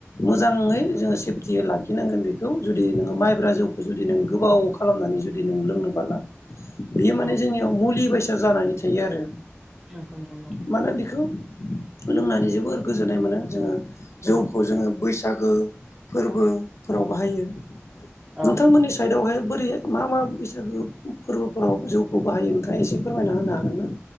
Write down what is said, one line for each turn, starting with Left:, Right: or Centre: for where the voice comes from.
Left: मोजाङै जोङो सेफटियै लाखिनांगोन बेखौ जुदि नोङो माइब्रा जौखौ जुदि नों गोबाव खालामनानै जुदि नों लोंनोबाला बेयो
Centre: औ
Left: माने जोंनियाव मुलि बायसा जानानै थायो आरो
Centre: <inaudible>
Left: मानोना बेखौ लोंनानै जोबोर गोजोननाय मोनो जोङो
Centre: औ
Left: जौखौ जोङो बैसागो फोरबोफोराव बाहायो
Centre: औ
Left: नोंथांमोननि
Centre: औ
Left: साइदावहाय बोरै मा मा बैसागो फोरबोफोराव जौखौ बाहायो नोंख एसे फोरमायना होनो हागोन ना